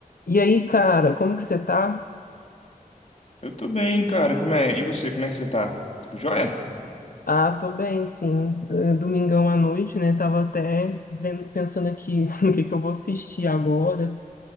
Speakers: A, on the left; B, on the left.
A: E aí, cara, como que você tá?
B: Eu tô bem, cara. Como é? E você, como é que você tá? Tudo jóia?
A: Ah, tô bem, sim. Eh, Domingão à noite, né? Tava até vendo, pensando aqui <laughs> no que que eu vou assistir agora